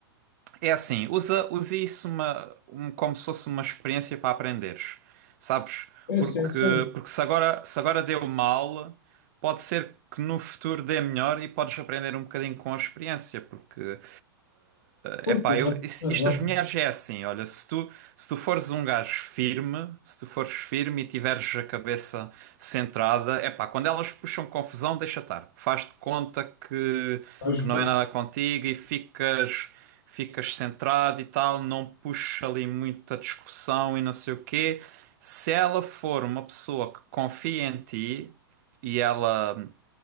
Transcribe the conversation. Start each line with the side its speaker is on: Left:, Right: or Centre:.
Right: É assim, usa, usa isso uma, um- como se fosse uma experiência para aprenderes, sabes?
Left: É,
Right: Porque,
Left: sim, sim.
Right: porque se agora, se agora deu mal, pode ser que no futuro dê melhor e podes aprender um bocadinho com a experiência, porque,
Left: Pois,
Right: é epá,
Left: também
Right: eu, is-
Left: tem razão.
Right: isto das mulheres é assim, olha, se tu, se tu fores um gajo firme, se tu fores firme e tiveres a cabeça centrada. É pá, quando elas puxam confusão, deixa estar. Faz de conta que,
Left: Pois,
Right: que não
Left: pois.
Right: é nada contigo e ficas, ficas centrado e tal, não puxa ali muita discussão e não sei o quê. Se ela for uma pessoa que confia em ti e ela,